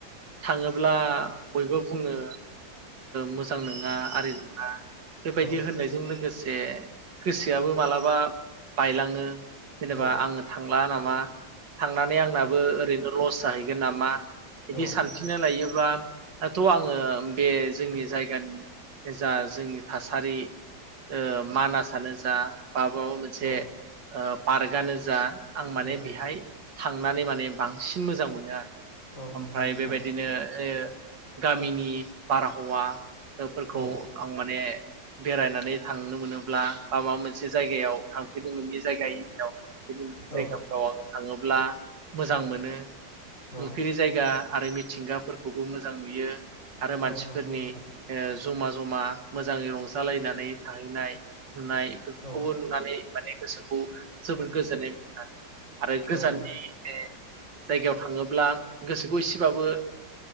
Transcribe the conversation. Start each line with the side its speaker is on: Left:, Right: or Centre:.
Right: थाङोब्ला बयबो बुङो मोजां नङा आरि नङा। बेबायदि
Left: औ
Right: होननायजों लोगोसे जे गोसोआबो मालाबा बायलाङो जेनेबा
Left: औ
Right: आंनो थांला नामा थांनानै आंनाबो ओरैनो लस जाहैगोन नामा? बिदि
Left: औ
Right: सानफिनना लायोबा दाथ' आङो बे जोंनि जायगानि जा जोंनि थासारि ओ मानासानो जा <unintelligible> मोनसे
Left: औ
Right: ओ पार्कआनो जा आं माने
Left: औ
Right: बेहाय थांनानै माने बांसिन मोजां मोनो आरो।
Left: औ
Right: ओमफ्राय
Left: नंगौ नोंथां
Right: बेबायदिनो ए गामिनि बारहावा <unintelligible> फोरखौ
Left: औ
Right: आं माने बेरायनानै थांनो मोनोब्ला बा माबा मोन मोनसे जायगायाव थांफेरदोंमोन बे जायगाययाव <unintelligible> जायगाफोराव
Left: औ
Right: आङो थाङो ब्ला मोजां मोनो।
Left: औ
Right: नुफेरि जायगा आरो मिथिंगाफोरखौबो मोजां नुयो। आरो मानसिफोरनि
Left: औ नंगौ नोंथां
Right: ओ जमा जमा मोजाङै रंजालायनानै थाहैनाय नुनाय गुबुन
Left: औ
Right: नुनानै माने गोसोखौ जोबोर गोजोन्नाय हा आरो गोजाननि
Left: औ नं
Right: ए जायगायाव थाङोब्ला गोसोखौ एसेबाबो